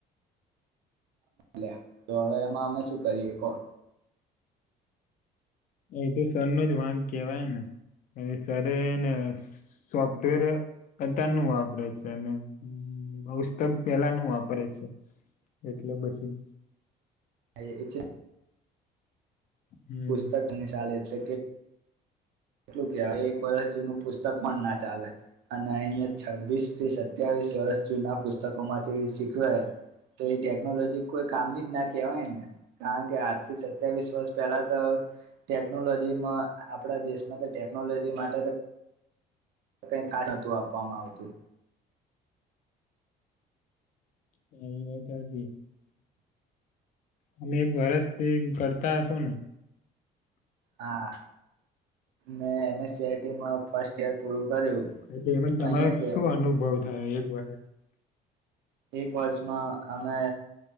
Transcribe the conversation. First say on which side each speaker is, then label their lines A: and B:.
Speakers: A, on the right; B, on the left.
A: લે તો હવે એમાં અમે શું કરીએ? કોણ?
B: એ તો સર ન જ વાક કેહેવાય ને. સરને સોફ્ટવેર અત્યારનુ વાપરે છે, અને પુસ્તક પેલાનું વાપરે છે, એટલે પછી.
A: હ, એ છે.
B: હમ
A: પુસ્તકનીશાલ એટલે કે? એટલું કેવાય એક વર્ષ જૂનું પુસ્તક પણ ના ચાલે, અને અહીં. છવ્વીસ થી સત્યાવીસ વર્ષ. ના પુસ્તકો માંથી શીખવા તો એ ટેકનોલોજી કોઈ કામની જ ના કહેવાય ને, કારણ કે આજથી. અત્યાવીસ વર્ષ પહેલા તો. ટેકનોલોજી માં આપણા દેશ તો ટેકનોલોજી માટે તો કંઈ ખાસ <unintelligible> આપવામાં આવતું.
B: અહીંયા ત્યાં થી. અને ઘરજ તે કરતા તો ને.
A: હા મે એમ સીઆરટી માં ફસ્ટ યર પૂરું કર્યું
B: ને તે <unintelligible> તમારો
A: અહીંયા જ
B: શું અનુભવ થઈ એક વાર.
A: એક વર્ષમાં અમે